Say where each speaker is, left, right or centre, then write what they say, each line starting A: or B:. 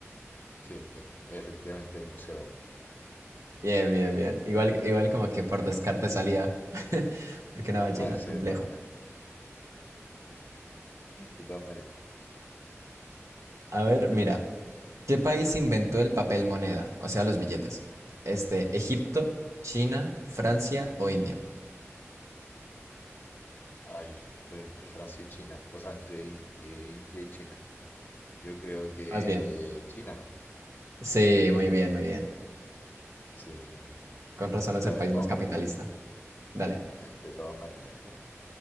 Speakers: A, on the left; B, on the right.
A: Sí, e- efectivamente, el murciélago.
B: Bien, bien, bien. Igual, igual como que por descarte salía. <laughs> Porque una ballena,
A: Ah, sí,
B: complejo.
A: de todas maneras, de todas maneras.
B: A ver, mira. ¿Qué país inventó el papel moneda? O sea, los billetes. Este, Egipto, China, Francia o India.
A: Ay, estoy entre Francia y China, o sea, entre I- eh, India y China. Yo creo que
B: Más bien.
A: China,
B: Sí,
A: yo creo que
B: muy
A: China.
B: bien, muy bien.
A: Sí, mira.
B: Con razón es
A: A
B: el
A: ver,
B: país
A: vamos
B: más capitalista.
A: con otro.
B: Dale.
A: De todas maneras.